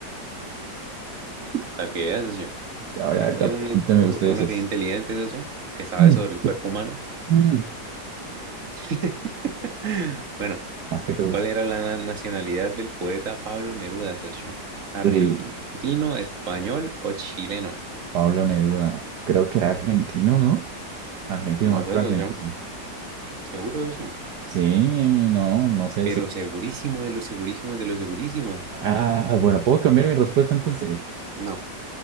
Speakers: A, on the right; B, on the right.
A: para que veas, socio.
B: Ahora, ahorita
A: Que
B: pregúnteme
A: Uno, uno
B: usted, socio.
A: que es inteligente, socio, que sabe
B: Mm,
A: sobre el cuerpo humano.
B: mm,
A: <laughs> Bueno,
B: Más que todo
A: ¿cuál
B: usted.
A: era la na- nacionalidad del poeta Pablo Neruda, socio? ¿Argentino,
B: Uy,
A: español o chileno?
B: Pablo Neruda. Creo que era argentino, ¿no? Argentino,
A: No
B: muy pro
A: sé,
B: argentino.
A: socio. Seguro, socio.
B: Sí, no, no sé
A: Pero
B: si.
A: segurísimo de lo segurísimo de lo segurísimo.
B: Ah, bueno, puedo cambiar mi respuesta entonces.
A: No.